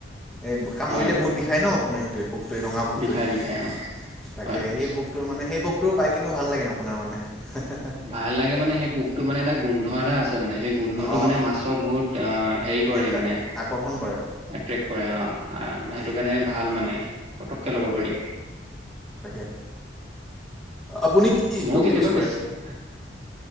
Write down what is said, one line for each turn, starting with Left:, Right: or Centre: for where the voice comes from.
Centre: এই কামুৰিলে
Right: হয়,
Centre: বহুত বিষায় ন আপোনাৰ সেইটোৱে পোকটোৱে ৰঙা পোকটোৱে
Right: বিষাই বিষাই অ'
Centre: তাকে
Right: হয়।
Centre: সেই পোক কটো মানে সেই পোকটো বাই কিনে ভাল লাগে আপোনাৰ মানে হে হে হে
Right: ভাল লাগে মানে সেই পোকটো মানে এটা গোন্ধ এটা আছে মানে সেই গোন্ধটো
Centre: অঁ
Right: মানে মাছক বহুত অ হেৰি কৰে
Centre: এট্ৰেক্ট
Right: মানে
Centre: আকৰ্ষণ কৰে
Right: এট্ৰেক্ট কৰে অ
Centre: হয়
Right: সেইটো কাৰণে ভাল মানে পতককৈ ল'ব পাৰি।
Centre: তাকে আপুনি কি
Right: মো
Centre: টপ
Right: কেতিয়াবা
Centre: ইউজ কৰে
Right: বেছি এ